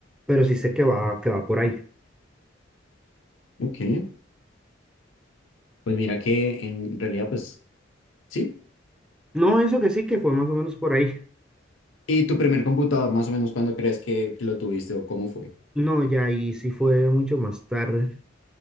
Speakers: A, in the centre; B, on the left (about 80°).
A: pero sí sé que va, que va por ahí.
B: ok. Pues mira que en realidad, pues sí.
A: No, eso que sí que fue más o menos por ahí.
B: ¿Y tu primer computador, más o menos, cuándo crees que, que lo tuviste o cómo fue?
A: No, ya ahí sí fue mucho más tarde.